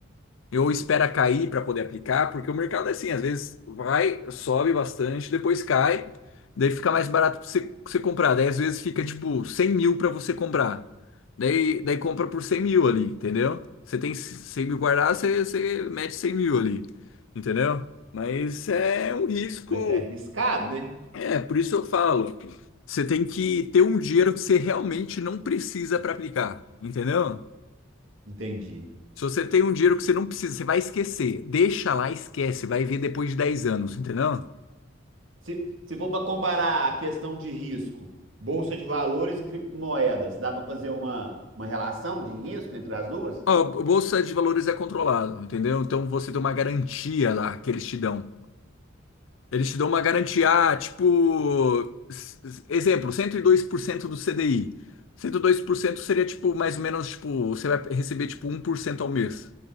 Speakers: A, on the left; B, on the right.
A: eu espera cair para poder aplicar, porque o mercado é assim, às vezes vai, sobe bastante, depois cai, daí fica mais barato para você, pra você comprar, daí às vezes fica tipo 100 mil para você comprar, daí, daí compra por cem mil ali, entendeu? Você tem 100 mil guardado, você, você mete 100 mil ali, entendeu? Mas é um risco,
B: Mas é arriscado, né?
A: é, por isso eu falo, você tem que ter um dinheiro que você realmente não precisa para aplicar, entendeu?
B: Entendi.
A: Se você tem um dinheiro que você não precisa, você vai esquecer. Deixa lá, esquece, vai ver depois de dez anos, entendeu?
B: Se, se for para comparar a questão de risco, bolsa de valores e criptomoedas, dá para fazer uma, uma relação de risco entre as duas?
A: Ó, a bolsa de valores é controlado, entendeu? Então você tem uma garantia lá que eles te dão. Eles te dão uma garantia, ah, tipo, s- exemplo, 102% do CDI. cento e dois por cento seria tipo mais ou menos tipo, você vai receber tipo um por cento ao mês.